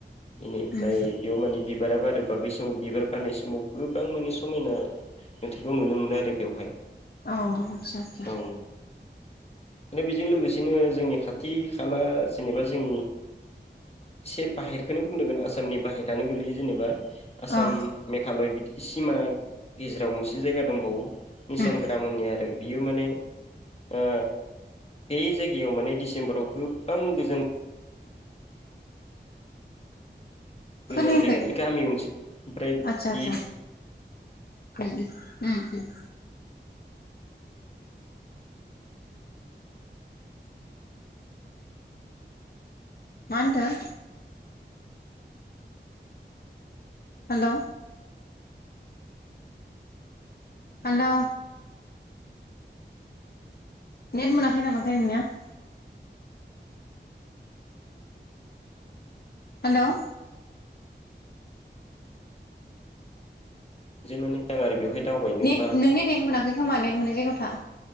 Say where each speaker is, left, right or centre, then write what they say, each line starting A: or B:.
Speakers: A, on the left; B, on the left.
A: बेनिफ्राय
B: उम
A: बेयाव माने बिब बारा बारोबा बै समाव बिबार बारनाय समाव गोबां माने समायना नुथाइखौ नुनो मोनो आरो बेवहाय।
B: अ आदसा आदसा
A: औ दा बेजों लोगोसे दिनो जोंनि खाथि खाला जेनेबा जों एसे बाहेरखौनो बुंनांगोन आसामनि बाहेरानो गोलैयो जेनेबा। आसाम
B: अ
A: मेघालय बिदि सिमा गेजेराव मोनसे जायगा दंबावो। मिसान
B: उम
A: ग्राम होननाय आरो बियो माने ओ बे जायगायाव माने डिसेम्बराव गोबां गोजान गोजान
B: खोनायाखै
A: जायगानि गामि ओनसोल ओमफ्राय
B: आतसा,
A: बे
B: आतसा। उम उम उम उम। मा होनदों? हेल'। हेल'। नेट मोनाखै नामा थाय नोंनिआ? हेल'।
A: जे माने दां आरो बेवहाय दावबायनो
B: नेट
A: बा
B: नोंनि नेट मोनाखै खोमा नेट मोननाय जायगायाव था।